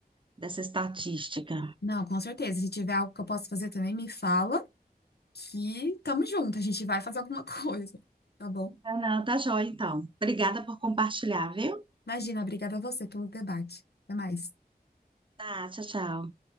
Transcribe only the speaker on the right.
dessa estatística.
Tá, Não, tá joia, então. Obrigada por compartilhar, viu?
Tá, tchau, tchau.